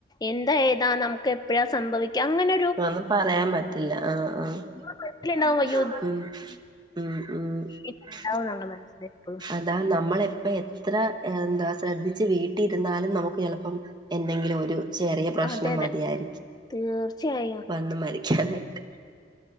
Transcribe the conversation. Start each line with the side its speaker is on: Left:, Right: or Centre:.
Left: എന്താ ഏതാ നമുക്ക് എപ്പോഴാ സംഭവിക്കാ അങ്ങനെ
Right: അ ഒന്നും പറയാൻപറ്റില്ല ആഹ് ആഹ്
Left: മനസ്സിലുണ്ടാവും അയ്യോ
Right: മ് ഉം ഉം
Left: ഇത് ഉണ്ടാവുന്നുള്ള
Right: അ
Left: മനസ്സിൽ എപ്പോഴും
Right: അത നമ്മളെപ്പ എത്ര എന്താ ശ്രദ്ധിച്ച് വീട്ടിരുന്നാലും നമുക്ക് ചെലപ്പം എന്തെങ്കിലും ഒരു ചെറിയ പ്രശ്നം
Left: അതെ അതെ
Right: മതിയായിരിക്കും.
Left: തീർച്ചയായും
Right: വന്ന് മരിക്കാനായിട്ട്